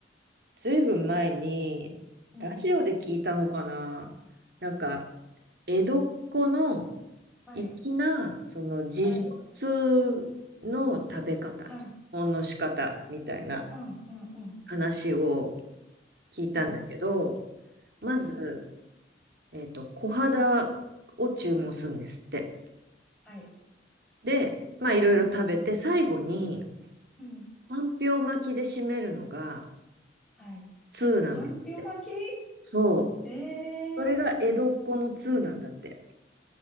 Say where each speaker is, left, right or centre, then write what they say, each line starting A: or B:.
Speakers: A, on the right; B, in the centre.
A: ずいぶん前に、
B: うん
A: ラジオで聞いたのかな。なんか、江戸っ子の
B: はい、
A: 粋な、その自助通の食べ方、
B: はい、はい。
A: 基本の仕方みたいな
B: うん、うん、うん。
A: 話を聞いたんだけど、
B: ええ、
A: まず、
B: うん、
A: えっと、小肌を注文するんですって。
B: はい、
A: で、まあいろいろ食べて、最後に、
B: うん、
A: かんぴょう巻きで締めるのが
B: はい。
A: 通なんですって。
B: かんぴょう巻き
A: そう。
B: ええ
A: それが江戸っ子の通なんだって。